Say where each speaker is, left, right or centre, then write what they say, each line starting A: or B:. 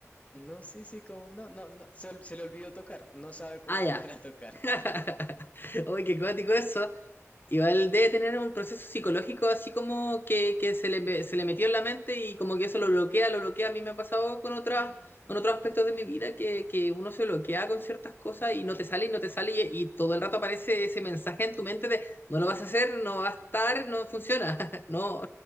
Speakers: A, on the left (about 25°); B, on the left (about 40°).
A: No, sí, sí, como, no, no, no, se, se, le olvidó tocar, no sabe cómo
B: ah, ya.
A: <laughs> volver a tocar.
B: <laughs> Uy, qué cuático eso. Igual debe tener un proceso psicológico así como que, que se le, se le metió en la mente y como que eso lo bloquea, lo bloquea. A mí me ha pasado con otras,
A: Uh -huh.
B: con otros aspectos de mi vida que, que uno se bloquea con ciertas cosas y no te sale y no te sale y, y todo el rato aparece ese mensaje en tu mente de no lo vas a hacer, no va a estar, no funciona, <laughs> no,